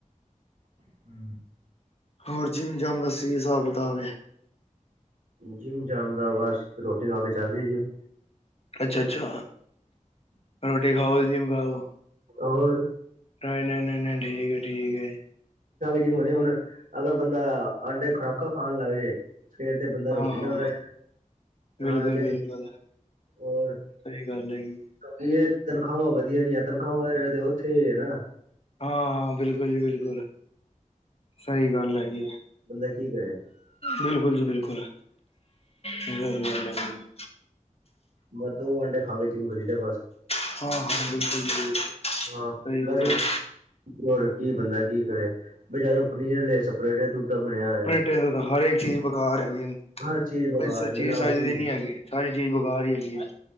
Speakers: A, on the right; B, on the left.
A: ਹੂ
B: ਹੋਰ ਜਿੰਮ ਜਮ ਦਾ ਸੀ ਹਿਸਾਬ ਬਤਾਬ ਏ?
A: ਜਿਮ- ਜਾਮ ਦਾ ਬਸ ਰੋਟੀ ਖਾ ਕੇ ਚੱਲਦੀ ਜਿਮ।
B: ਅੱਛਾ -ਅੱਛਾ ਰੋਟੀ ਖਾਓ -ਜਿਮ ਗਾਓ।
A: ਹੋਰ
B: ਨਾ- ਨਾ-ਨਾ-ਨਾ ਠੀਕ ਏ-ਠੀਕਏ।
A: ਜੀ ਮੰਨਿਓ ਹੁਣ ਅਗਰ ਬੰਦਾ ਆਂਡੇ ਖੁਰਾਕਾਂ ਖਾਣ ਲੱਗ ਜੇ ਫੇਰ ਤੇ ਬੰਦਾ ਰੋਟੀ
B: ਹਾਂ ਹਾਂ
A: ਨਾ ਖਾਏ, ਹਾਂ
B: ਬਿਲਕੁਲ
A: ਹੈਗੇ
B: ਬਿਲਕੁਲ
A: ਨੇ ਹੋਰ,
B: ਸਹੀ ਗੱਲ ਹੈਗੀ ਹੈ।
A: ਯੇ ਤਨਖਾਵਾ ਵਧੀਆ ਨੀ ਹੈ, ਤਨਖਾਵਾ ਤਾ ਉੱਥੇ ਈ ਹੈ ਨਾ।
B: ਹਾਂ -ਹਾਂ ਬਿਲਕੁਲ ਜੀ ਬਿਲਕੁਲ। ਸਈ ਗੱਲ ਹੈਗੀ ਆ।
A: ਬੰਦਾ ਕੀ ਕਰੇ
B: ਬਿਲਕੁਲ ਜੀ ਬਿਲਕੁਲ, ਸਈ ਗੱਲ ਹੈਗੀ ਏ।
A: ਬਸ ਦੋ ਆਂਡੇ ਖਾ ਕੇ ਜਿਮ ਕਰੀਦਾ ਬਸ।
B: ਹਾਂ -ਹਾਂ ਬਿਲਕੁਲ ਜੀ ਬਿਲਕੁਲ।
A: ਹਾਂ
B: ਸਹੀ
A: ਬਸ
B: ਗੱਲ ਹੈ
A: ਹੋਰ ਕੀ ਬੰਦਾ ਕੀ ਕਰੇ ਬਜਾਰੋ ਪਨੀਰ ਲੈਈ ਪ੍ਰੇਡਿਤ ਦੁੱਧ ਦਾ ਬਣੇਆ ਹੋਇਆ।
B: ਪ੍ਰੇਡਿਤ ਦੁੱਧ ਦਾ ਹਰ ਇੱਕ ਚੀਜ਼ ਬਕਾਰ ਹੈਗੀ ਆ।
A: ਹਰ ਚੀਜ਼ ਬੇਕਾਰ
B: ਕੋਈ ਸ
A: ਏ
B: ਚੀਜ਼
A: ਮਿਲਾਵਟੀ
B: ਚਜਦੀ ਨੀ ਹੈਗੀ, ਸਾਰੀ ਚੀਜ਼ ਬਕਾਰ ਈ ਹੈਗੀ ਆ।